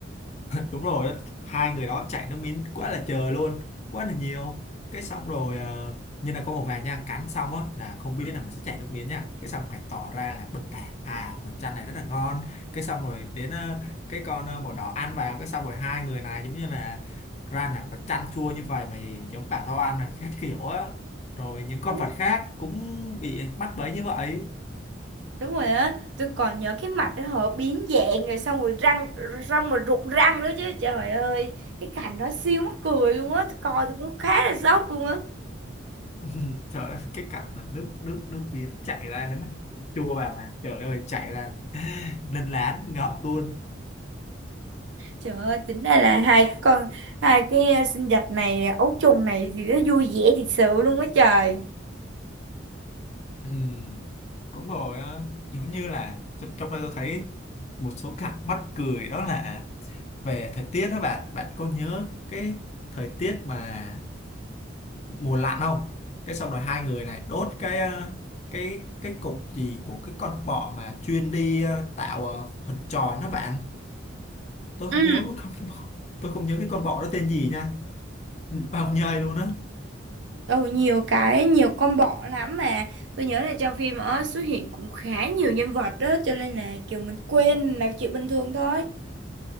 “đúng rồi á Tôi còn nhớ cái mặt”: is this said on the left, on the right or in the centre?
Right